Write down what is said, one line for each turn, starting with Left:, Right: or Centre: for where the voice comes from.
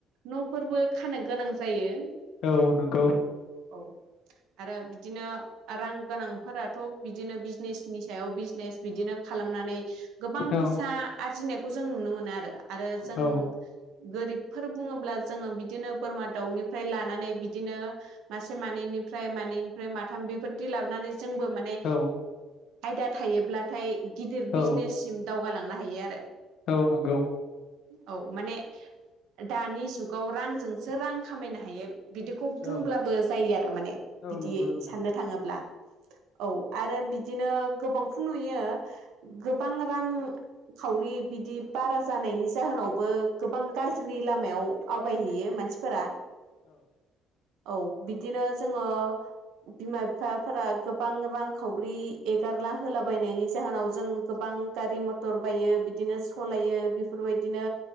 Right: न'फोरबो खानो गोनां जायो।
Left: औ नों
Right: औ आरो बिदिनो रां गोनांफोराथ' बिदिनो बिजनेसनि सायाव बिजनेस बिदिनो खालामनानै गोबां
Left: औ
Right: फैसा आरजिनायखौ जों नुनो मोनो आरो जों
Left: औ
Right: गोरिब फोर बुङोब्ला जोङो बिदिनो बोरमा, दाउनिफ्राय लानानै बिदिनो मा से मानैनिफ्राय मानैनिफ्राय माथाम बेफोरदि लाबोनानै जोंबो माने
Left: औ
Right: आयदा थायोब्लाथाय गिदिर
Left: औ
Right: बिजनेससिम दावगालांनो हायो आरो।
Left: औ नोंगौ।
Right: औ माने दानि जुगाव रांजोंसो रां खामायनो हायो बिदिखौ बुंब्लाबो
Left: औ
Right: जायो आरो माने
Left: औ
Right: बिदियै
Left: नंगौ नोंथां
Right: साननो थाङोब्ला। औ आरो बिदिनो गोबांखौ नुयो गोबां रां खाउरि बिदि बारा जानायनि जाहोनावबो गोबां गाज्रि लामायाव आवगायहैयो मानसिफोरा
Left: औ।
Right: औ बिदिनो जोङो बिमा बिफाफोरा गो बां रांखावरि एगारला होलाबायनायनि जाहोनाव जों गोबां गारि मथर बायो बि दिनो सलायो बेफोरबायदिनो